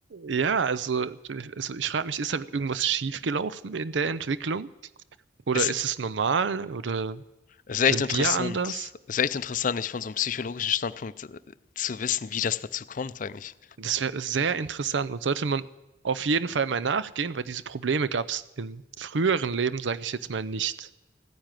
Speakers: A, on the right; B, on the left.
A: Ja, also, also ich frage mich, ist da irgendwas schiefgelaufen in der Entwicklung? Oder
B: Ist
A: ist es normal? Oder
B: ist echt
A: sind
B: interessant.
A: wir anders?
B: Es Ist echt interessant, nicht von so einem psychologischen Standpunkt, äh, zu wissen, wie das dazu kommt eigentlich.
A: Das wäre sehr interessant und sollte man auf jeden Fall mal nachgehen, weil diese Probleme gab es im früheren Leben, sage ich jetzt mal nicht,